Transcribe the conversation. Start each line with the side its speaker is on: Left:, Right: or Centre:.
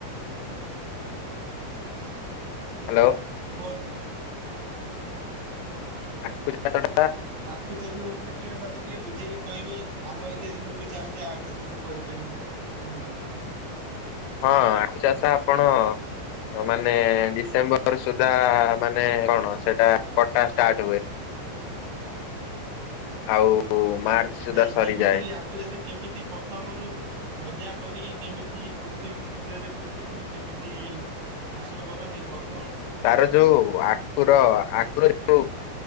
Left: ହାଲୋ।
Right: କୁହନ୍ତୁ।
Left: ଆଖୁ ଚାଷଟା।
Right: ଆଖୁ ଚାଷ ଉପରେ ଟିକେ ମତେ ଟିକେ ବୁଝେଇକି କହିବେ ଆମ ଏରିଆରେ ମୁଁ ବି। ଚାହୁଁଚି ଆଖୁ ଚାଷ କରିପାରିବି ଏମିତି ବି।
Left: ହଁ ଆଖୁ ଚାଷ ଆପଣ ମାନେ ଡିସେମ୍ବର ସୁଦା ମାନେ କଣ ସେଟା କଟା ଷ୍ଟାର୍ଟ ହୁଏ। ଆଉ। ମାର୍ଚ୍ଚ ସୁଦ୍ଧା
Right: ନାଇଁ
Left: ସରିଯାଏ।
Right: ଯେମିତି କି ଆଖୁ ଚାଷ କେମିତି ପଥମରୁ ଗଜା। କରି କେମିତି ପୋତି କି ବିଲରେ ପୋତିକିିଣି କେମିତି ଚାଷ କରନ୍ତି ପ
Left: ତାର ଯୋଉ ଆଖୁର ଆଖୁର ଯୋଉ